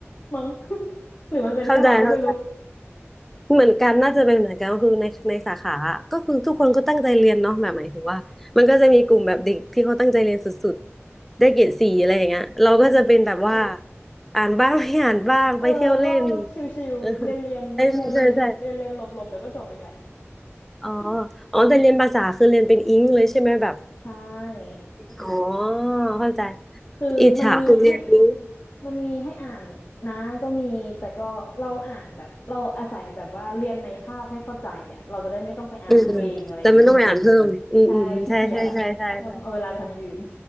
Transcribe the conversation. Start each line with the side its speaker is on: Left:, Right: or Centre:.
Left: <laughs> มั้ง <laughs> หรือมันเป็นแค่เราก็ไม่รู้
Centre: เข้าใจเข้าใจเหมือนกันน่าจะเป็นเหมือนกันก็คือในในสาขาอะก็คือทุกคนก็ตั้งใจเรียนเนาะแบบหมายถึงว่ามันก็จะมีกลุ่มแบบเด็กที่เขาตั้งใจเรียนสุดๆได้เกรดสี่อะไรอย่างเงี้ยเราก็จะเป็นแบบว่า
Left: อืม
Centre: อ่านบ้างไม่อ่านบ้างไปเที่ยวเล่น
Left: เออเราก็ชิวๆเรียนเรียนเรียนเรียนเรียนเรียนหลบหลบเดี๋ยวก็จบเองแหละ
Centre: เออใช่ใช่ใช่อ๋ออ๋อแต่เรียนภาษาคือเรียนเป็นอิงเลยใช่ไหมแบบ
Left: ใช่
Centre: อ๋อเข้าใจ
Left: คือมันมีให้
Centre: อิจฉาคุณเรียนรู้
Left: มันมีให้อ่านนะก็มีแต่ก็เราอ่านแบบเราอาศัยแบบว่าเรียนในคาบให้เข้าใจอ่ะเราจะได้ไม่ต้องไปอ่านเองอะไรเงี้ย
Centre: อืมอืมแต่มันต้องไปอ่านเพิ่มอืมอืมอืมใช่ใช่ใช่ใช่ใช่
Left: ใช่ขี้เกียจอ่ะเราเอาเวลาไปทำอย่างอื่น